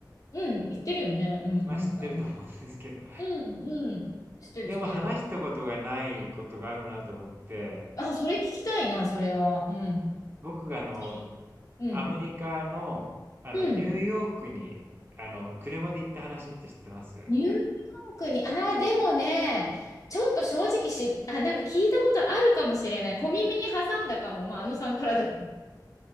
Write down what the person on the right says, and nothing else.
まあ知ってると思うんですけど、
でも話したことがないことがあるなと思って、
僕があの、
アメリカの、あの、
ニューヨークに、あの、車で行った話って知ってます